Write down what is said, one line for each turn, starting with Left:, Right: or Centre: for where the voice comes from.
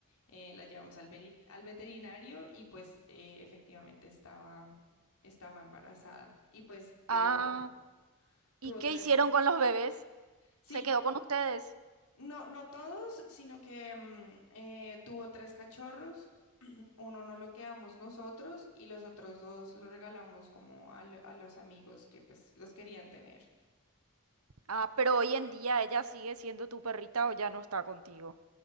Left: eh, la llevamos al, veri- al veterinario y pues eh, efectivamente estaba, estaba embarazada y pues tuvo,
Right: Ah,
Left: tuvo
Right: ¿y qué
Left: tres,
Right: hicieron con los bebés?
Left: sí,
Right: ¿Se quedó con ustedes?
Left: no, no todos, sino que mm, eh, tuvo tres cachorros, <clears throat> uno no lo quedamos nosotros y los otros dos lo regalamos como a, lo- a los amigos que pues los querían tener.
Right: Ah, pero hoy en día ella sigue siendo tu perrita o ya no está contigo.